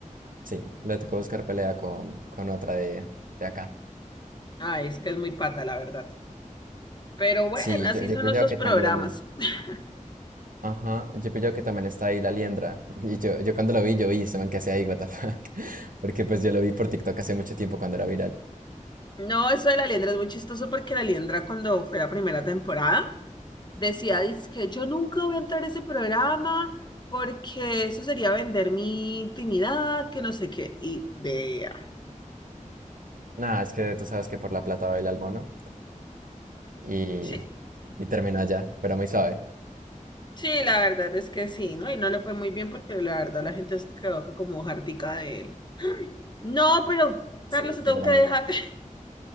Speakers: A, on the right; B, on the left.
A: Sí, le tocó buscar pelea con, con otra de, de acá.
B: Ah, es que es muy pata, la verdad. Pero bueno,
A: Sí,
B: así
A: yo, yo
B: son
A: he pillado
B: nuestros
A: que
B: programas.
A: también.
B: <laughs>
A: Ajá, yo he pillado que también está ahí la liendra. <laughs> Y yo, yo cuando lo vi, yo vi este man que hace ahí, what the fuck. <laughs> Porque pues yo lo vi por TikTok hace mucho tiempo cuando era viral.
B: No, eso de la liendra es muy chistoso porque la liendra cuando fue la primera temporada decía, que yo nunca voy a entrar a ese programa porque eso sería vender mi intimidad, que no sé qué. Y vea.
A: Nada, es que tú sabes que por la plata baila el mono. Y,
B: Sí,
A: y terminó allá, pero muy suave.
B: sí, la verdad es que sí, ¿no? Y no le fue muy bien porque la verdad la gente se quedó acá como jartica de él. Ay, No, pero
A: Sí,
B: Carlos, te
A: seguramente.
B: tengo que dejar. <laughs>